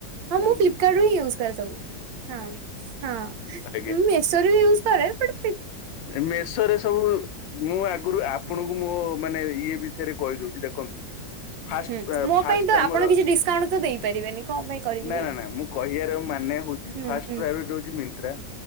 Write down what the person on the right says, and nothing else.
ହଁ
ମୁଁ
ଫ୍ଲିପ୍ କାର୍ଡ ରୁ ହିଁ ୟୁଜ୍ କରେ ସବୁ ହଁ ହଁ
ମୁଁ ଏ ମିକ୍ସଚର୍ ବି ୟୁଜ୍ କରେ ବଟ୍
ହୁଁ ମୋ
ପାଇଁ ତ
ଆପଣ କିଛି ଡିସକାଉଣ୍ଟ ତ ଦେଇପାରିବେନି କଣ ପାଇଁ କରିବି
ଯେ
ହୁଁ
ହୁଁ